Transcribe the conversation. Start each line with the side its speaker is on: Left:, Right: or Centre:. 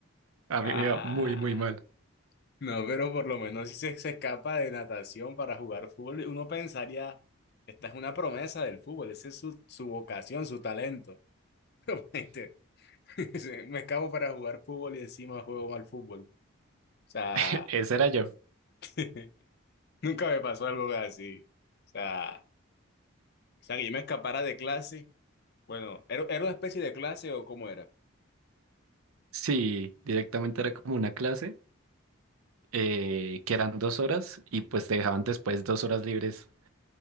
Right: A
Left: Ah,
Right: mí me iba muy, muy mal.
Left: no, pero por lo menos si se, se escapa de natación para jugar fútbol, uno pensaría, esta es una promesa del fútbol, esa es su, su vocación, su talento. <laughs> Este, <laughs> Me escapo para jugar fútbol y encima juego mal fútbol. O sea,
Right: <laughs> Ese era yo.
Left: <laughs> nunca me pasó algo así. O sea, o sea, que yo me escapara de clase. Bueno, ¿era, era una especie de clase o cómo era?
Right: Sí, directamente era como una clase, eh, que eran dos horas y pues te dejaban después dos horas libres.